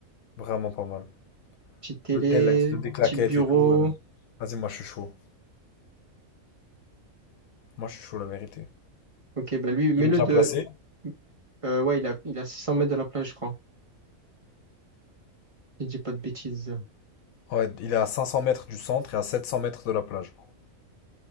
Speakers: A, on the left; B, on the right.
A: Vraiment pas mal.
B: Petite télé,
A: L'hôtel, là, il te donne des claquettes
B: petit bureau.
A: et tout. euh, Vas-y, moi je suis chaud. Moi je suis chaud, la vérité.
B: Ok, bah lui, mets-le
A: Il est bien
B: de.
A: placé.
B: Euh, ouais, il a, il a 600 mètres de la plage, je crois. si Je dis pas de bêtises.
A: Ouais, il est à 500 mètres du centre et à 700 mètres de la plage.